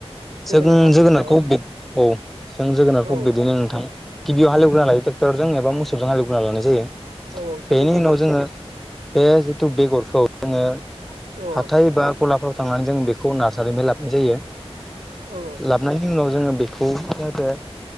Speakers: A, in the centre; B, on the right.
A: जों
B: जोगोनार आबादनि
A: जोगोनारखौ
B: सायाव
A: औ जों जोगोनारखौ
B: औ
A: बिदिनो नोंथां। गिबियाव हालेवोनना लायो ट्रेक्टरजों एबा मोसौजों हालेवना लानाय जायो।
B: औ सैथो
A: बेनि
B: सैथो
A: उनाव जोङो बे जिथु बेगरखौ जोङो
B: औ
A: हाथाय बा गलाफ्राव थांनानै जों बेखौ नार्सारिनिफाय लाबाय जायो
B: औ औ
A: लाबोनायनि उनाव जोङो बेखौ जाहाथे